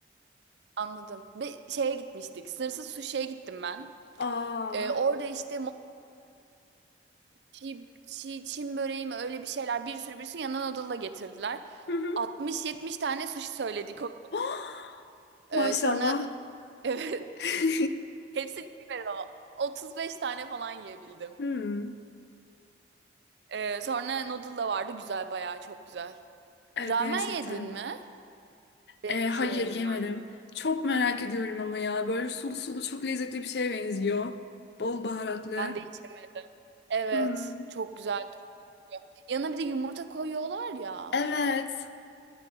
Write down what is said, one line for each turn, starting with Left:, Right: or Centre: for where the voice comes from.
Right: anladım. Bir şeye gitmiştik. Sınırsız suşiye gittim ben.
Left: Aa.
Right: Ee, orada işte Çiğ, çiğ, Çin böreği mi öyle bir şeyler bir sürü bir sürü yanına noodle'la getirdiler.
Left: Hı hı.
Right: 60-70 tane sushi söyledik. o-
Left: <gasps> Maşallah.
Right: Ee, sonra <laughs> evet
Left: <laughs>
Right: hepsini yemedim ama 35 tane falan yiyebildim.
Left: Hmm.
Right: Ee, sonra noodle da vardı güzel bayağı çok güzel.
Left: Evet
Right: Ramen
Left: gerçekten.
Right: yedin mi? Benziyor
Left: E, hayır
Right: yine
Left: yemedim.
Right: aynı.
Left: Çok merak ediyorum ama ya. Böyle sulu sulu çok lezzetli bir şeye benziyor. Bol baharatlı.
Right: Ben de içerim. Evet
Left: Hmm.
Right: çok güzel. Yanına bir de yumurta koyuyorlar ya.
Left: Evet.